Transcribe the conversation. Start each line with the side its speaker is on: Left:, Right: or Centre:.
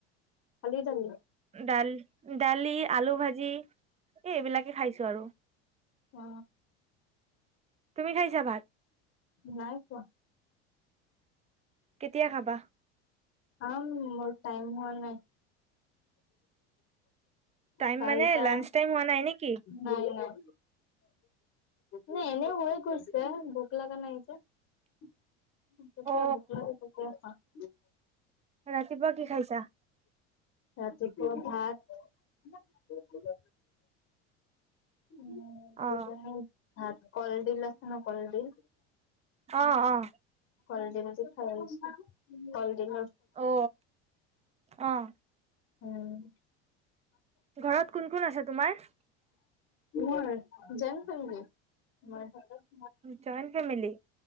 Left: খালি দালি?
Right: দাল দালি আলু ভাজি এই এইবিলাকে খাইছ বিচাৰো
Left: অ
Right: তুমি খাইছাাবা
Left: নাই কোৱা
Right: কেতিয়া খাবা
Left: আ অ মোৰ তাইম হোৱা নাই
Right: াই
Left: চাৰিটা
Right: মানে লাঞ্চ টাইম হোৱা নাই নেকি
Left: নাই নাই নাই এনে হয়য় কছ ভোক লাগা নাই <inaudible> তেতিয়া
Right: অ
Left: বুক ল ত আা <unintelligible>
Right: ৰাতিপুৱা কি খাইছা
Left: ৰাতিপুৱা ভাত উ
Right: অ
Left: হাত কলডিল আছে ন কলডিল
Right: অ অ
Left: কলদিন যে খাইছো কলদিন
Right: অ আহ
Left: উম
Right: ঘৰত কোন কোন আছে তোমাৰ
Left: মই জইন ফেমেলী <unintelligible>
Right: জইট ফেমিলি